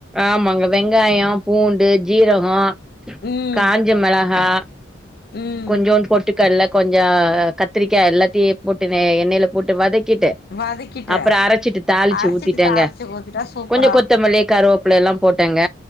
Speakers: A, in the centre; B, on the left.
A: ஆமாங்க வெங்காயோ பூண்டு ஜீரகோ
B: ம்
A: காஞ்ச மெளகா
B: ம்
A: கொஞ்சோன்ட் பொட்டு ககல்ல கொஞ்சோ அ கத்திரிக்கா எல்லாத்தையு போட்டு எண்ணெய்யில போட்டு வதக்கிட்டு
B: வதக்கிட்டு
A: அப்றோ அரச்சிட்டு தாளிச்சு
B: அரச்சிட்டு
A: ஊத்திட்டேங்க
B: தாளிச்சு ஊத்திட்டா சூப்பரா
A: கொஞ்சோ கொத்தமல்லி கருவோப் புள எல்லா போட்டேங்க